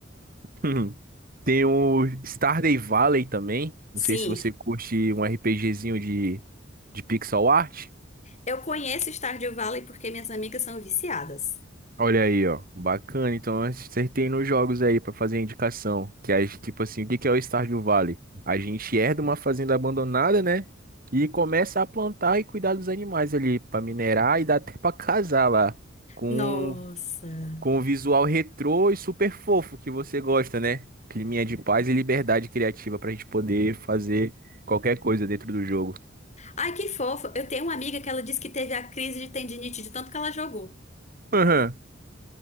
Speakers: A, on the right (about 50°); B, on the left (about 35°).
A: <laughs> Tem o Stardew Valley também.
B: Sim,
A: Não sei se você curte um RPGzinho de, de pixel art.
B: eu conheço Stardew Valley porque minhas amigas são viciadas.
A: Olha aí, ó. Bacana. Então, acertei nos jogos aí pra fazer a indicação. Que é tipo assim, o que que é o Stardew Valley? A gente herda uma fazenda abandonada, né? E começa a plantar e cuidar dos animais ali pra minerar e dá até pra casar lá. Com
B: Nossa.
A: com o visual retrô e super fofo que você gosta, né? Climinha de paz e liberdade criativa pra gente poder fazer qualquer coisa dentro do jogo.
B: Ai, que fofo. Eu tenho uma amiga que ela disse que teve a crise de tendinite de tanto que ela jogou.
A: Aham.